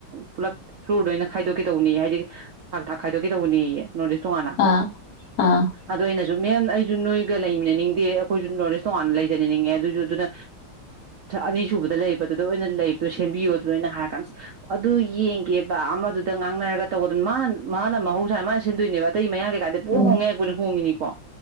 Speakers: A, on the right; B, on the left.
A: ꯄꯨꯂꯞ ꯐ꯭ꯂꯨꯔꯗ ꯑꯣꯏꯅ ꯈꯥꯏꯗꯣꯛꯀꯦꯗꯧꯅꯤ ꯍꯥꯏꯗꯤ ꯊꯥꯛ ꯊꯥꯛ ꯈꯥꯏꯗꯣꯛꯀꯦ ꯇꯧꯅꯤ ꯅꯣꯔꯠ ꯏꯁ ꯇꯣꯉꯥꯟꯅ
B: ꯑꯥ ꯑꯥ
A: ꯑꯣ ꯑꯩꯅ ꯑꯗꯨ ꯃꯦꯝ ꯑꯩꯁꯨ ꯅꯣꯏꯒ ꯂꯩꯃꯤꯟꯅꯅꯤꯡꯗꯦ ꯑꯩꯈꯣꯏꯁꯨ ꯅꯣꯂꯦꯖ ꯇꯣꯉꯥꯟꯅ ꯂꯩꯖꯅꯅꯤꯡꯉꯦ ꯑꯗꯨꯁꯨ ꯑꯗꯨꯅ ꯑꯅꯤꯁꯨꯕꯗ ꯂꯩꯗꯨꯗ ꯑꯣꯏꯅ ꯂꯩꯕꯗ ꯁꯦꯝꯕꯤꯌꯣ ꯑꯗꯨ ꯑꯣꯏꯅ ꯍꯥꯏꯔ ꯀꯥꯟꯗꯁ ꯑꯗꯨ ꯌꯦꯡꯒꯦꯕ ꯑꯃꯗꯨꯗ ꯉꯥꯡꯅꯔꯒ ꯇꯧꯒꯗꯕꯅꯤ ꯃꯥꯅ ꯃꯥꯅ ꯃꯍꯧꯁꯥꯅ ꯃꯥꯅ ꯁꯤꯟꯗꯣꯏꯅꯦꯕ ꯑꯇꯩ ꯃꯌꯥ ꯀꯩ ꯀꯗ ꯄꯨ
B: ꯎꯝ
A: ꯍꯣꯡꯉꯦ ꯍꯥꯏ ꯄꯨꯗꯤ ꯍꯣꯡꯉꯤꯅꯤꯀꯣ